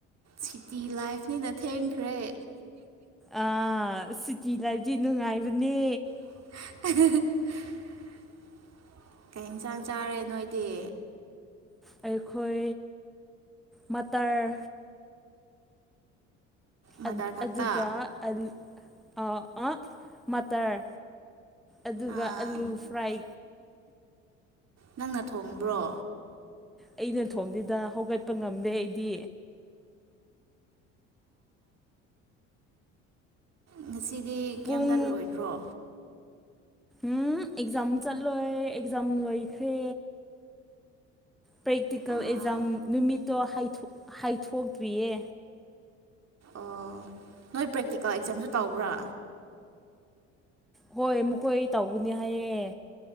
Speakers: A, on the right (about 45°); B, in the centre.
A: ꯁꯤꯇꯤ ꯂꯥꯏꯐꯅꯤꯅ ꯊꯦꯡꯈ꯭ꯔꯦ
B: ꯑ ꯁꯤꯇꯤ ꯂꯕꯗꯤ ꯅꯨꯡꯉꯥꯏꯕꯅꯦ
A: <inaudible> ꯀꯩ ꯌꯦꯟꯁꯥꯡ ꯆꯥꯔꯦ ꯅꯣꯏꯗꯤ
B: ꯑꯩꯈꯣꯏ ꯃꯇꯔ
A: ꯃꯇꯔ
B: ꯑ ꯑꯗꯨ
A: ꯈꯛꯇ
B: ꯑꯗꯨꯒꯒ ꯑꯗꯤ ꯑ ꯑ ꯃꯇꯇꯔ ꯑꯗꯨꯒ
A: ꯑꯥ
B: ꯑꯥꯂꯨ ꯐ꯭ꯔꯥꯏ
A: ꯅꯪꯅ ꯊꯣꯡꯕ꯭ꯔꯣ
B: ꯑꯩꯅ ꯊꯣꯡꯗꯨꯗ ꯍꯧꯒꯠꯄ ꯉꯝꯗꯦ ꯑꯩꯗꯤ
A: ꯉꯁꯤ ꯗꯤ
B: ꯄꯨꯡ
A: ꯀꯦꯝꯝꯇ ꯂꯣꯏꯗ꯭ꯔꯣ
B: ꯎꯝ ꯑꯦꯛꯖꯥꯝ ꯆꯠꯂꯣꯏ ꯑꯦꯛꯖꯥꯝ ꯂꯣꯏꯈ꯭ꯔꯦ ꯄ꯭ꯔꯦꯛꯇꯤꯀꯦꯜ
A: ꯑꯥ
B: ꯑꯦꯛꯖꯥꯝ ꯅꯨꯃꯤꯠꯇꯣ ꯍꯥꯏꯊꯣꯛꯇ꯭ꯔꯤꯌꯦ
A: ꯑꯣ ꯅꯣꯏ ꯄ꯭ꯔꯦꯛꯇꯤꯀꯦꯜ ꯑꯦꯛꯖꯥꯝꯁꯨ ꯇꯧꯕ꯭ꯔꯥ
B: ꯍꯣꯏ ꯃꯈꯣꯏ ꯇꯧꯒꯅꯤ ꯍꯥꯏꯌꯦꯦ